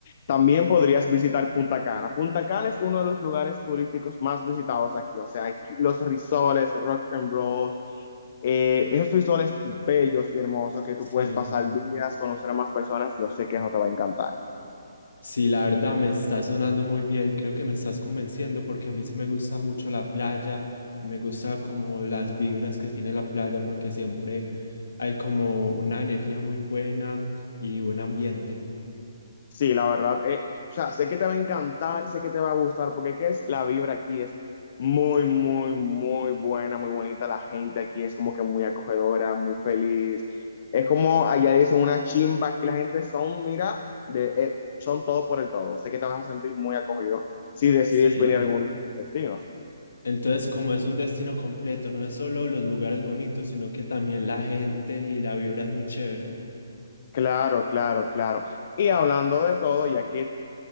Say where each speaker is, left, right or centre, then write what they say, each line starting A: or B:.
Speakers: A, on the left; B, on the left.
A: También podrías visitar Punta Cana. Punta Cana es uno de los lugares turísticos más visitados aquí. O sea, aquí- los resorts, rock and roll, eh, esos resorts bellos y hermosos que
B: Sí,
A: tú puedes pasar días, conocer a más personas. Yo sé que eso te va a encantar.
B: sí, la verdad me está sonando muy bien. Creo que me estás convenciendo porque a mí sí me gusta mucho la playa y me gusta como las vibras que tiene la playa porque siempre hay como una energía muy buena y buen ambiente.
A: Sí, la verdad, eh, o sea, sé que te va a encantar, sé que te va a gustar, porque ¿qué es? La vibra aquí es muy, muy, muy buena, muy bonita. La gente aquí es como que muy acogedora, muy feliz. Es como allá dicen una chimba, aquí la gente son, mira, de, eh, son todo por el todo. Sé que te vas a sentir muy acogido si decides
B: Sí,
A: venir a alguno de los destinos.
B: entonces como es un destino completo, no es solo los lugares bonitos, sino que también la gente y la vibra es muy chévere.
A: Claro, claro, claro. Y hablando de todo, ya que